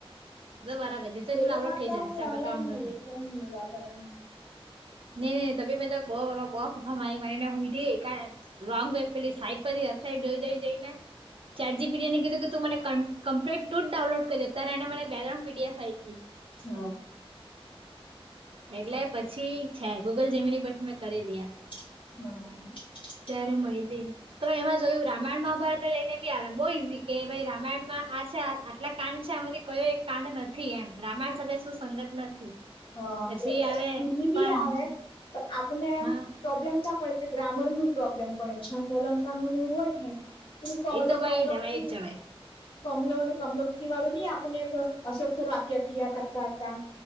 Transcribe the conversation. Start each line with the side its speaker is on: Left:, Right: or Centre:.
Right: તો બરાબર, <unintelligible>
Left: પેલું માં તો હું
Right: સર્વર
Left: ઓનલાઈન
Right: તો વાંધો
Left: હોય
Right: નહી.
Left: એટલે મળવા કરે એમ
Right: નઈ નઈ તમે બધા બઉ ફાફા બાપા બઉ ફાફા મારીને મારીને હુંય ગય રોંગ વે પેલી સાઈડ પર <inaudible> વેબસાઈડ જોઈ જોઈ જોઈને. ચેટજીપીટીને કીધું કે, તું મને કમ-કમ્પ્લેટ તું જ ડાઉલોડ કરી આપ ત્યારે એને મને બેગરાઉન્ફ પીડીએફ આઈતી.
Left: હ.
Right: એટલે પછી છે. ગૂગલ જીમીની પરથી મેં કરેલી એમ.
Left: હ.
Right: ત્યારે મયલી તો એમાં જોયું રામાયણ મહાભારત લઈને બી આવે બી બો ઈઝી કે ભાઈ રામાયણમાં આ છે આટલા કાંડ છે. આમાંથી કયો એક કાંડ નથી એમ રામાયણ સાથે શું સંગત નથી.
Left: હ.
Right: પછી
Left: એ- એ
Right: આવે
Left: ની બી
Right: પણ
Left: આવે પણ આપણને એમ
Right: હા
Left: પ્રોબ્લેમ ક્યાં પડ કે ગ્રામરનું પ્રોબ્લેમ પડે. છંદ અલંકારનુંન એવું હોય ને તું કમલો
Right: એ તો ભાઈ
Left: કમલો
Right: લેવાય
Left: <unintelligible>
Right: જ જવાય
Left: <unintelligible> કમલો અને કમલો કિવાળો નહી આપને એક અશોકસર વાક્ય કીયા કરતા હતા.